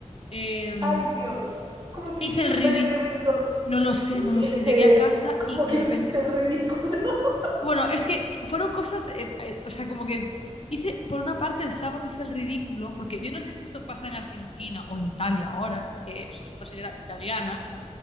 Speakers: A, on the left; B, on the right.
A: Em,
B: Ay, Dios, cómo te
A: hice
B: hiciste
A: el
B: un
A: ridículo,
B: daño tremendo.
A: no lo sé,
B: ¿Qué hiciste?
A: no lo sé, llegué a casa
B: ¿Cómo
A: y de
B: que
A: repente,
B: hiciste el ridículo? <laughs>
A: bueno, es que fueron cosas, eh, eh, o sea, como que hice, por una parte el sábado hice el ridículo, porque yo no sé si esto pasa en Argentina o en Italia ahora, que eso es una señora italiana.